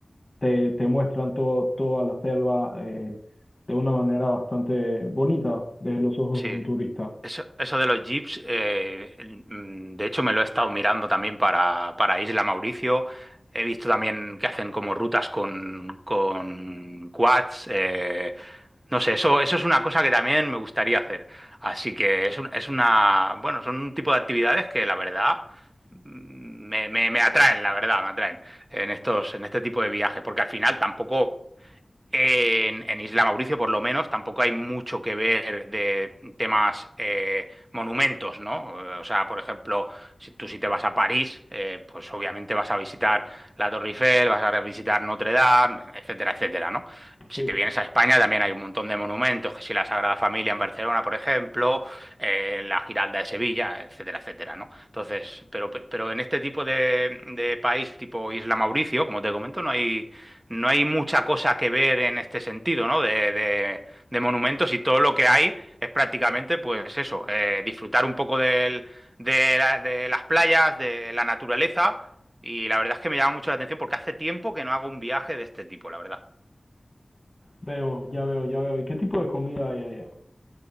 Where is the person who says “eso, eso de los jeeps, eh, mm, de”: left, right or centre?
Right